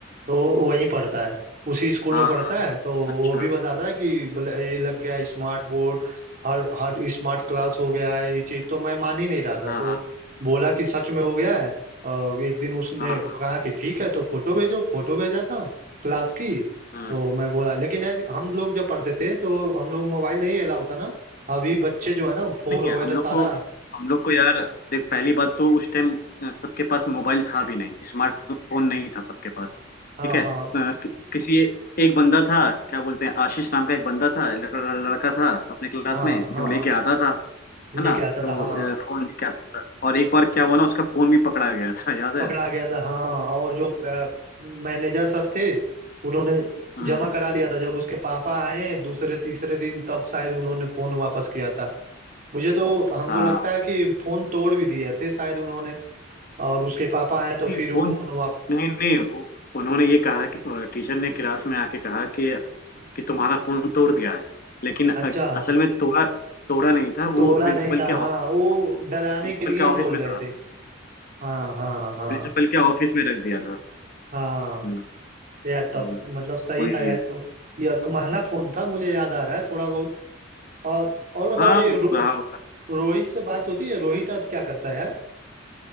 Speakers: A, on the right; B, on the left.
A: तो वो वहीं पढ़ता है उसी स्कूल
B: हाँ
A: में पढ़ता है तो
B: अच्छा
A: वो भी बताता है कि बोले, ये लग गया है स्मार्ट बोर्ड हर हर स्मार्ट क्लास हो गया है ये चीज़ तो मैं मान ही नहीं रहा था
B: हाँ
A: तो
B: हाँ
A: बोला कि सच में हो गया है और एक दिन उसने
B: हाँ हाँ
A: कहा कि ठीक है तो फोटो भेजो फोटो भेजा था क्लास की तो
B: हाँ।
A: मैं बोला लेकिन यार हम लोग जब पढ़ते थे तो हम लोग मोबाइल नहीं अलाउ था ना अभी बच्चे जो है ना फोन
B: नहीं
A: वगैरह
B: है हम लोग
A: सारा
B: को हम लोग को यार देख पहली बात तो उस टाइम सबके पास मोबाइल था भी नहीं स्मार्टफोन नहीं था सबके पास
A: हाँ
B: ठीक है
A: हाँ
B: अ, कि, किसी एक बंदा था क्या बोलते हैं आशीष नाम का एक बंदा था लड़- लड़का था अपने क्लास
A: हाँ
B: में
A: हाँ
B: जो लेके आता था है
A: लेके
B: ना
A: आता
B: जो
A: था हाँ
B: अ, फोन लेके आता था और एक बार क्या हुआ ना उसका फोन भी पकड़ा गया था याद
A: पकड़ा
B: है
A: गया था हाँ और जो मैनेजर सर थे उन्होंने
B: हम्म
A: जमा करा लिया था जब उसके पापा आए दूसरे तीसरे दिन तब शायद उन्होंने फोन वापस किया था मुझे तो हमको
B: हाँ
A: लगता है कि फोन तोड़ भी दिए थे शायद उन्होंने और उसके पापा आए तो
B: नहीं,
A: फिर वो
B: फोन
A: फोन वापस
B: नहीं नहीं वो उन्होंने ये कहा कि टीचर ने क्लास में आके कहा कि कि तुम्हारा फोन तोड़ दिया है लेकिन अ-
A: अच्छा
B: असल में तोड़ा तोड़ा नहीं था
A: तोड़ा
B: वो प्रिंसिपल
A: नहीं था
B: के ऑफिस
A: हाँ वो डराने
B: प्रिंसिपल
A: के लिए
B: के ऑफिस
A: बोल
B: में
A: रहे
B: था
A: थे हाँ हाँ हाँ
B: प्रिंसिपल के ऑफिस में रख दिया था
A: हाँ
B: हम्म
A: यार तब
B: हम्म,
A: मतलब सही
B: वही
A: था यार
B: है
A: तो यह महंगा फोन था मुझे याद आ रहा है थोड़ा बहुत और और बताओ
B: हाँ
A: ये रो,
B: हाँ,
A: रोहित से बात होती है रोहित अब क्या करता है यार